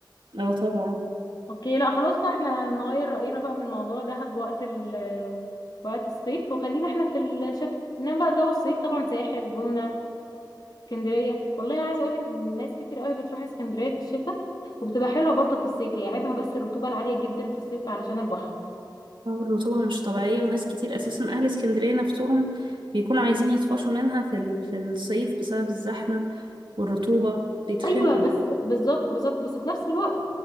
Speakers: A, on the right (about 80°); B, on the left (about 55°).
A: اه طبعا
B: اوكي لا خلاص بقى احنا نغير رأينا بقى من موضوع دهب وقت ال وقت الصيف وخلينا احنا في الشتاء انما بقى جو الصيف طبعا ساحل جونة اسكندرية والله عايزة اقولك ان الناس كتير قوي بتروح اسكندرية في الشتاء وبتبقى حلوة برضه في الصيف هي عيبها بس الرطوبة العالية جدا في الصيف علشان البحر
A: اه الرطوبة مش طبيعية وناس كتير أساسا أهل اسكندرية نفسهم بيكونوا عايزين يتفاشوا منها في ال- في الصيف بسبب الزحمة والرطوبة بيتخنقوا
B: ايوه بس بالظبط بالظبط بس في نفس الوقت